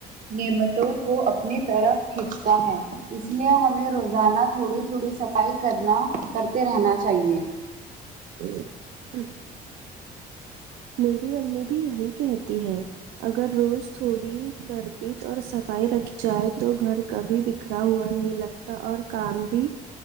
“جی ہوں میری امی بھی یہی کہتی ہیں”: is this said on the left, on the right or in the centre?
Right